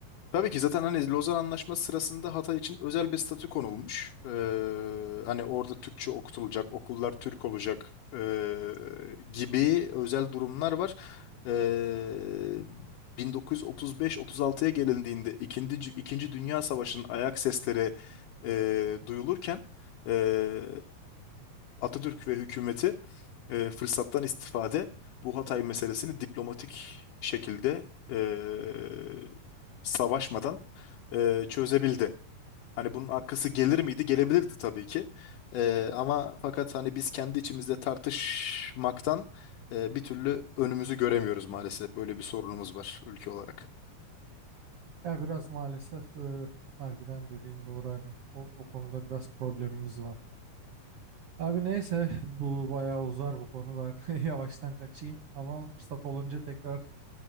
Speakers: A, on the left; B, on the right.
A: Tabii ki zaten hani Lozan Anlaşması sırasında Hatay için özel bir statü konulmuş. Ee, hani orada Türkçe okutulacak, okullar Türk olacak ee, gibi özel durumlar var. Ee, 1935-36'ya gelindiğinde ikinci, Dü- İkinci Dünya Savaşı'nın ayak sesleri ee, duyulurken ee, Atatürk ve hükümeti ee, fırsattan istifade bu Hatay meselesini diplomatik şekilde ee, savaşmadan e, çözebildi. Hani bunun arkası gelir miydi? Gelebilirdi tabii ki. E, ama fakat hani biz kendi içimizde tartışmaktan e, bir türlü önümüzü göremiyoruz maalesef. Böyle bir sorunumuz var ülke olarak.
B: Ya biraz maalesef e, harbiden dediğin doğru hani o, o konuda biraz problemimiz var. Abi neyse bu bayağı uzar bu konu ben <laughs> yavaştan kaçayım ama fırsat olunca tekrar